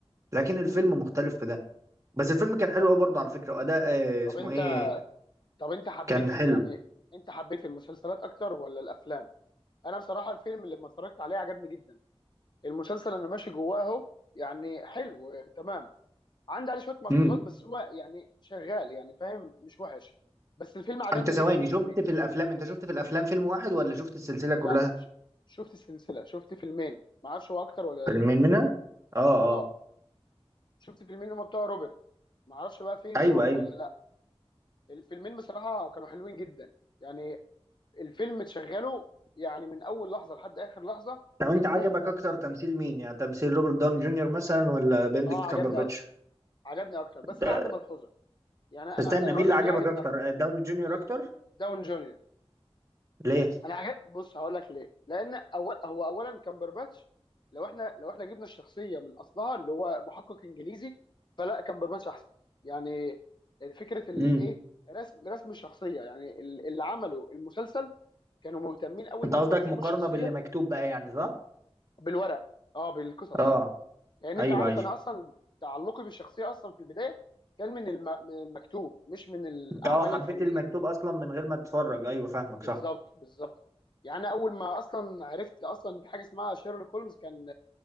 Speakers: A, on the right; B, on the left.
A: لكن الفيلم
B: مم.
A: مختلف في ده بس الفيلم كان حلو
B: طب
A: قوي برضه على فكرة وأداء آه
B: طب
A: اسمه
B: انت
A: ايه
B: طب انت حبيت
A: كان حلو
B: يعني انت حبيت المسلسلات اكتر ولا الافلام انا بصراحه الفيلم اللي ما اتفرجت عليه عجبني جدا المسلسل انا ماشي جواه اهو يعني حلو آه، تمام عندي عليه شويه ملحوظات
A: امم
B: بس هو يعني شغال يعني فاهم مش وحش بس الفيلم عجبني
A: انت ثواني
B: جدا يعني
A: شفت في الافلام انت شفت في الافلام فيلم واحد ولا شفت السلسلة كلها
B: لا ش- شفت السلسله شفت فيلمين ما اعرفش هو اكتر ولا
A: فيلمين
B: لا
A: منها اه
B: اه
A: اه
B: شفت فيلمين هما بتوع روبرت ما اعرفش بقى في غيرهم
A: ايوه ايوه
B: ولا لا الفيلمين بصراحه كانوا حلوين جدا يعني الفيلم تشغله يعني من اول لحظه لحد اخر لحظه
A: لو انت عجبك
B: ممتع
A: اكتر تمثيل مين يعني تمثيل روبرت داون جونيور مثلا ولا بندكت
B: اه عجبني
A: كامبرباتش
B: اكتر عجبني اكتر بس
A: ده-
B: انا عندي ملحوظه يعني انا
A: استنى
B: انا
A: مين
B: هقول
A: اللي
B: لك
A: عجبك
B: ليه عجبني
A: اكتر
B: اكتر
A: آه، داون جونيور
B: آه،
A: اكتر
B: داون جونيور
A: ليه
B: انا عجب بص هقول لك ليه لان أول هو اولا كامبرباتش لو احنا لو احنا جبنا الشخصيه من اصلها اللي هو محقق انجليزي فلا كامبرباتش احسن يعني فكره الايه
A: امم
B: رسم رسم الشخصيه يعني ال- اللي عملوا المسلسل كانوا مهتمين قوي
A: انت
B: ان
A: قصدك
B: هم يرسموا
A: مقارنة
B: الشخصيه
A: باللي مكتوب بقى يعني صح
B: بالورق اه بالقصص
A: اه
B: لان انت
A: ايوه
B: عارف
A: ايوه
B: انا اصلا تعلقي بالشخصيه اصلا في البدايه كان من الم... من المكتوب مش من الاعمال
A: انت اه حبيت
B: الفنيه
A: المكتوب اصلا من غير ما تتفرج ايوه فاهمك
B: بالظبط
A: صح
B: بالظبط يعني أنا اول ما اصلا عرفت اصلا إن في حاجه اسمها شيرلوك هولمز كان